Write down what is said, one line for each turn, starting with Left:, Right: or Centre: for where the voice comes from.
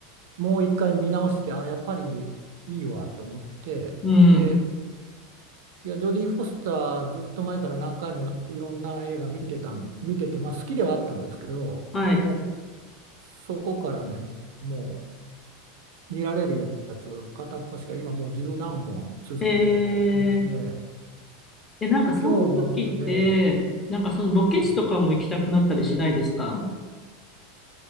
Right: もう一回見直して、あ、やっぱりいいわと思って、
Left: うん。
Right: で、いや、ジョディ・フォスターずっと前から何回もいろんな映画見てたん、見てて、まあ好きではあったんですけど、
Left: はい。
Right: もうそこからね、もう見られるやつ片っ端から今もう十何本続けて見て、
Left: えー、え、なんかそういう時って、
Right: 今日もね、え
Left: なんかそのロケ地とかも行きたくなったりしないですか
Right: ーはい、